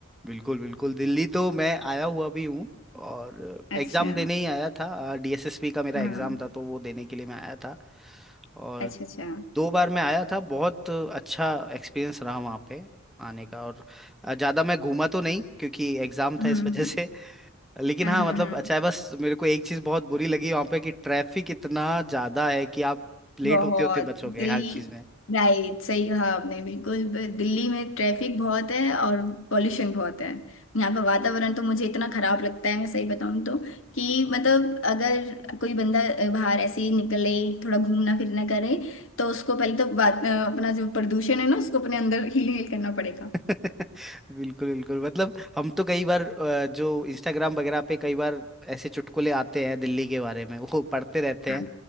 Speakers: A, in the centre; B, on the left.
A: बिल्कुल बिल्कुल दिल्ली तो मैं आया हुआ भी हूँ और
B: अच्छा
A: एग्ज़ाम देने ही आया था डीएसएसबी का मेरा
B: हाँ
A: एग्ज़ाम था तो वो देने के लिए मैं आया था और
B: अच्छा अच्छा
A: दो बार मैं आया था बहुत अच्छा एक्सपीरियंस रहा वहाँ पे आने का और ज़्यादा मैं घूमा तो नहीं क्योंकि एग्ज़ाम
B: हम्म
A: था इस वजह से लेकिन
B: हाँ
A: हाँ
B: हाँ
A: मतलब
B: हाँ
A: अच्छा है बस मेरे को एक चीज बहुत बुरी लगी वहां पे कि ट्रैफिक इतना ज्यादा है कि आप लेट
B: बहुत
A: होते होते बचोगे
B: दिल्ली
A: हर चीज में
B: राइट सही कहा आपने बिल्कुल ब- दिल्ली में ट्रैफिक बहुत है और पोल्यूशन बहुत है यहाँ का वातावरण तो मुझे इतना खराब लगता है मैं सही बताऊँ तो कि मतलब अगर कोई बंदा अ, बाहर ऐसे ही निकले थोड़ा घूमना फिरना करे तो उसको पहले तो वा- अ, अपना जो प्रदूषण है ना उसको अपने अंदर हील करना पड़ेगा
A: <laughs> बिल्कुल बिल्कुल मतलब हम तो कई बार अ, जो इंस्टाग्राम वगैरह पे कई बार ऐसे चुटकुले आते हैं दिल्ली के बारे में वो पढ़ते रहते
B: हाँ
A: हैं